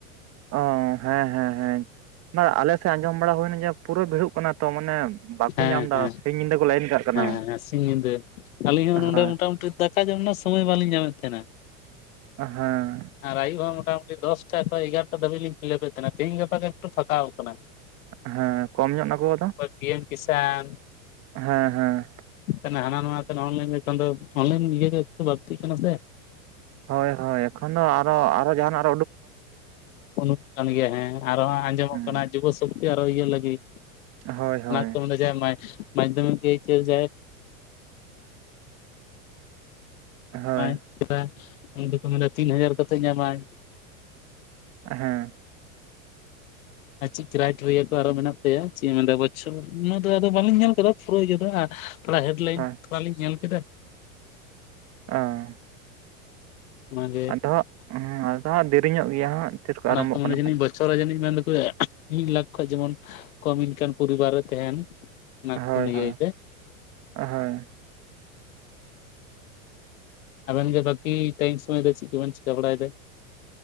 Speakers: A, on the right (about 35°); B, on the left (about 75°).
A: ᱚ ᱦᱮᱸ ᱦᱮᱸ ᱦᱮᱸ ᱱᱚᱣᱟ ᱟᱞᱮ ᱥᱮᱱ ᱟᱸᱡᱚᱢ ᱵᱟᱲᱟ ᱦᱩᱭᱱᱟ ᱡᱮ ᱯᱩᱨᱟᱹ ᱵᱷᱤᱲᱚᱜ ᱠᱟᱱᱟ ᱛᱚ ᱢᱟᱱᱮ ᱵᱟᱠᱚ
B: ᱦᱮᱸ
A: ᱧᱟᱢ ᱫᱟ
B: ᱦᱮᱸ
A: ᱥᱤᱧ ᱧᱤᱫᱟᱹ ᱠᱚ ᱞᱟᱭᱤᱱ ᱠᱟᱜ ᱠᱟᱱᱟ
B: ᱦᱮᱸ ᱥᱤᱧ ᱧᱤᱫᱟᱹ ᱟᱹᱞᱤᱧ ᱦᱚᱸ ᱱᱚᱰᱮ
A: ᱦᱳᱭ
B: ᱢᱚᱴᱟᱢᱩᱴᱤ ᱫᱟᱠᱟ ᱡᱚᱢ ᱨᱮᱱᱟᱜ ᱥᱚᱢᱚᱭ ᱵᱟᱞᱤᱧ ᱧᱟᱢᱮᱫ ᱛᱟᱦᱮᱱᱟ
A: ᱚᱦᱚᱸ
B: ᱟᱨ ᱟᱹᱭᱩᱵ ᱦᱚᱸ ᱢᱚᱴᱟᱢᱩᱴᱤ ᱫᱚᱥᱴᱟ ᱠᱷᱚᱡᱽ ᱮᱜᱟᱨᱚᱴᱟ ᱫᱷᱟᱹᱵᱤᱡᱽ ᱞᱤᱧ ᱯᱷᱤᱞᱟᱯᱮᱫ ᱛᱟᱦᱮᱱᱟ ᱛᱤᱦᱤᱧ ᱜᱟᱯᱟᱜᱮ ᱯᱷᱟᱠᱟᱣ ᱠᱟᱱᱟ
A: ᱦᱮᱸ ᱠᱚᱢ ᱧᱚᱜ ᱱᱟᱠᱚ ᱟᱫᱚ
B: ᱯᱤ ᱮᱢ ᱠᱤᱥᱟᱱ
A: ᱦᱮᱸ ᱦᱮᱸ
B: ᱠᱟᱱᱟ ᱦᱟᱱᱟ ᱱᱚᱣᱟ ᱠᱟᱱᱟ ᱚᱱᱞᱟᱭᱤᱱ ᱱᱮᱛᱚᱜ ᱫᱚ ᱚᱱᱞᱟᱭᱤᱱ ᱤᱭᱟᱹ ᱠᱚ ᱵᱟᱲᱛᱤ ᱠᱟᱱᱟ ᱥᱮ
A: ᱦᱳᱭ ᱦᱳᱭ ᱮᱠᱷᱚᱱ ᱫᱚ ᱟᱨᱚ ᱟᱨᱚ ᱡᱟᱦᱟᱸᱱᱟᱜ
B: ᱚᱱᱩᱥᱴᱷᱟᱱᱨ ᱠᱟᱱ ᱜᱮᱭ ᱦᱮᱸ ᱟᱨᱚ ᱦᱟᱸᱜ ᱟᱸᱡᱚᱢᱚᱜ
A: ᱦᱩᱸ
B: ᱠᱟᱱᱟ ᱡᱩᱵᱚ ᱥᱚᱠᱛᱤ ᱟᱨᱚ ᱤᱭᱟᱹ ᱞᱟᱹᱜᱤᱫ
A: ᱦᱳᱭ ᱦᱳᱭ
B: ᱚᱱᱟ ᱠᱚ ᱢᱮᱱᱫᱟ ᱡᱮ ᱢᱟᱫᱷᱭᱚᱢᱤᱠ ᱮᱭᱟᱹ ᱡᱟᱹᱭᱦᱚᱠ <unintelligible>
A: ᱦᱳᱭ
B: <unintelligible> ᱩᱱᱤ ᱫᱚᱠᱚ ᱢᱮᱱᱟ ᱛᱤᱱ ᱦᱟᱡᱟᱨ ᱠᱟᱛᱮᱫ ᱧᱟᱢᱟᱭ
A: ᱦᱮᱸ
B: ᱟᱨ ᱪᱮᱫ ᱠᱨᱟᱭᱴᱮᱨᱤᱭᱟ ᱠᱚ ᱟᱨᱚ ᱢᱮᱱᱟᱜ ᱛᱟᱭᱟ ᱪᱮᱫ ᱢᱮᱱᱫᱟ ᱵᱚᱪᱷᱚᱨ ᱩᱱᱟᱹ ᱫᱚ ᱟᱫᱚ ᱵᱟᱹᱞᱤᱧ ᱧᱮᱞ ᱠᱟᱫᱟ ᱯᱩᱨᱟᱹ ᱤᱭᱟᱹ ᱫᱚ ᱛᱷᱚᱲᱟ ᱦᱮᱸᱰᱞᱟᱭᱤᱱ
A: ᱦᱳᱭ
B: ᱛᱷᱚᱲᱟ ᱞᱤᱧ ᱧᱮᱞ ᱠᱮᱫᱟ
A: ᱚᱸ
B: ᱚᱱᱟᱜᱮ
A: ᱟᱫᱚ ᱦᱟᱸᱜ ᱟᱫᱚ ᱦᱟᱸᱜ ᱫᱮᱨᱤᱧᱚᱜ ᱜᱮᱭᱟ ᱦᱟᱸᱜ ᱛᱤᱥ ᱠᱚ
B: ᱚᱱᱟᱠᱚ
A: ᱟᱨᱟᱢᱵᱷᱚᱜ
B: ᱢᱟᱱᱮ
A: ᱠᱟᱱᱟ
B: ᱡᱤᱱᱤᱥ
A: ᱦᱟᱸᱜ
B: ᱵᱚᱪᱷᱚᱨ ᱥᱚᱨ ᱨᱮ ᱡᱟᱹᱱᱤᱡ ᱢᱮᱱ ᱫᱟᱠᱚ ᱢᱤᱫ ᱞᱟᱠᱷ ᱠᱷᱚᱱ ᱡᱮᱢᱚᱱ ᱠᱚᱢ ᱤᱱᱠᱟᱢ ᱯᱚᱨᱤᱵᱟᱨ ᱨᱮ ᱛᱟᱦᱮᱱ ᱚᱱᱟ
A: ᱦᱳᱭ
B: ᱠᱩ ᱞᱟᱹᱭ
A: ᱦᱳᱭ
B: ᱛᱮ
A: ᱦᱳᱭ᱾
B: ᱟᱵᱮᱱ ᱜᱮ ᱵᱟᱹᱠᱤ ᱴᱟᱭᱤᱢ ᱥᱚᱢᱚᱭ ᱨᱮ ᱪᱮᱫ ᱠᱚᱵᱮᱱ ᱪᱤᱠᱟᱹ ᱵᱟᱲᱟᱭᱫᱟ᱾